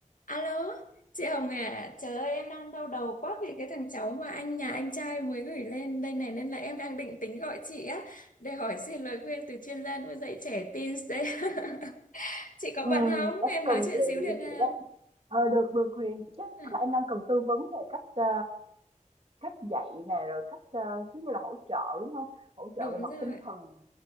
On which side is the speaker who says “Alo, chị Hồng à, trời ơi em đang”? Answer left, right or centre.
Left